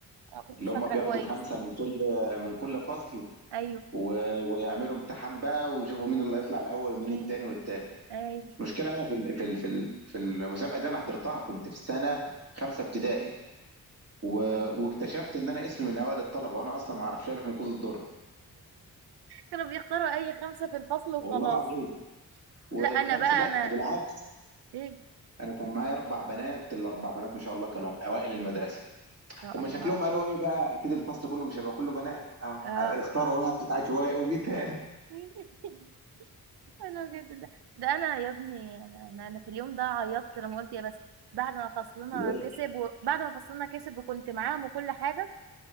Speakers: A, on the right (about 75°); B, on the right (about 40°).
A: آه، كنت
B: اللي
A: مش
B: هم
A: فاكره
B: بياخدوا
A: كويس
B: خمسه من كل من كل فصل
A: ايوه
B: و... ويعملوا امتحان بقى ويشوفوا مين اللي هيطلع الاول ومين
A: امم
B: التاني والتالت
A: ايوه
B: المشكله انا في ال... في ال... في ال... في المسابقه دي انا حضرتها كنت في سنه خمسه ابتدائي و...
A: آه.
B: واكتشفت ان انا اسمي من اوائل الطلبه وانا اصلا ما اعرفش الف من كوز الدرة
A: كانوا بيختاروا اي خمسه في الفصل وخلاص
B: والله العظيم والخمسه
A: لا انا بقى
B: لا
A: انا
B: بالعكس
A: ايه
B: انا كان معايا اربع بنات الاربع بنات ما شاء الله كانوا اوائل المدرسه
A: يا
B: هما
A: الله
B: شكلهم قالوا ايه بقى اكيد الفصل كله مش هيبقى كله بنات اه
A: اه
B: اختاروا واحد عشوائي وجيت تاني
A: <laughs> حلو جدا ده ده انا يا ابني انا أنا في اليوم ده عيطت لما قلت يا بس بعد ما فصلنا
B: ليه؟
A: كسب وبعد ما فصلنا كسب وكنت معاهم وكل حاجه